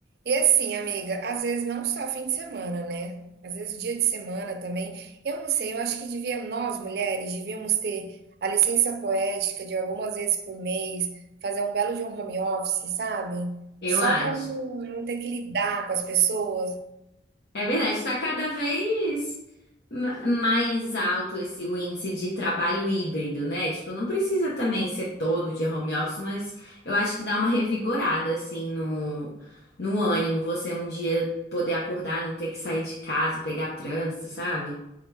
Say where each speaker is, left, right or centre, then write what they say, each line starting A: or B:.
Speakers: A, on the right; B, on the left.
A: E assim, amiga, às vezes não só fim de semana, né? Às vezes dia de semana também. Eu não sei, eu acho que devia, nós mulheres, devíamos ter a licença poética de algumas vezes por mês, fazer um belo de um home office, sabe?
B: Eu
A: Só
B: acho.
A: para não não ter que lidar com as pessoas,
B: É verdade, está cada vez ma- mais alto esse o índice de trabalho híbrido, né? Tipo, não precisa também ser todo dia home office, mas eu acho que dá uma revigorada assim no no ânimo, você um dia poder acordar, não ter que sair de casa e pegar trânsito, sabe?